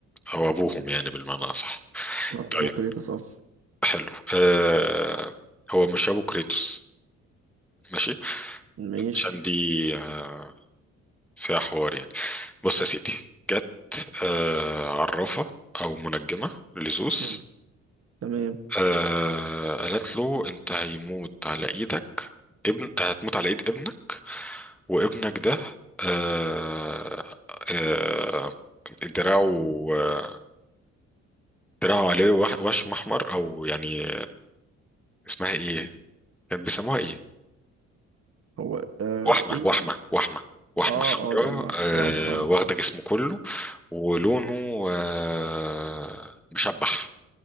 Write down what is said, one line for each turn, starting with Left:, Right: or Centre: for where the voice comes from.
Centre: أو أبوهم يعني بالمعنى أصح
Right: آه،
Centre: طيب
Right: ممكن يتصاص
Centre: حلو آه هو مش ابو كريتوس ماشي
Right: ماشي
Centre: عشان دي آه، فيها حوار يعني بص يا سيدي جت آه عرافة أو منجمة لزوس
Right: مم. تمام
Centre: آه قالت له أنت هيموت على إيدك ابن هتموت على إيد ابنك وابنك ده آه آه دراعه دراعه عليه وح- وشم أحمر أو يعني اسمها إيه؟ كان بيسموها إيه؟
Right: هو آه
Centre: وحمة
Right: ايه
Centre: وحمة
Right: بقى
Centre: وحمة وحمة
Right: اه
Centre: حمراء
Right: اه جمعتك
Centre: آه
Right: اه اه
Centre: واخدة جسمه كله ولونه آه مشبح